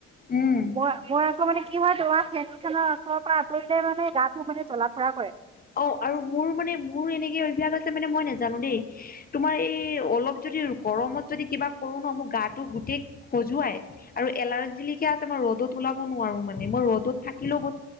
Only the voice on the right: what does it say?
মই - মই আকৌ মানে কি হয় তোমাৰ ফেট খেলা ওচৰত পৰা আতৰিলে মানে গা টো মানে জলাুৰা কৰে।